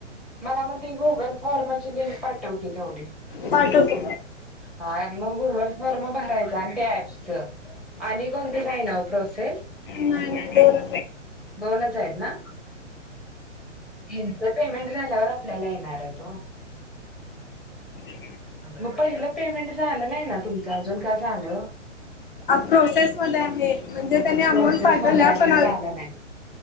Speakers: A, in the centre; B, on the left.
A: मला मग ते गुगल फॉर्माची लिंक पाठवते तेवढी.
B: पाठवतो
A: हा मग गुगल फॉर्म भरायचं आणि त्या ॲपच आणि कोणती नाही ना प्रोसेस?
B: नाही दोन
A: दोनच आहेत ना? हे तर पेमेंट झाल्यावर आपल्याला येणार आहेत ओ.
B: ्
A: मग पहिलं पेमेंट झालं नाही ना तुमचं अजून का झालं?
B: प्रोसेस मध्ये आहे म्हणजे त्यांनी अमाऊंट
A: प्रोसेस
B: पाठवलं
A: मध्ये अजून
B: पण
A: झालं नाही.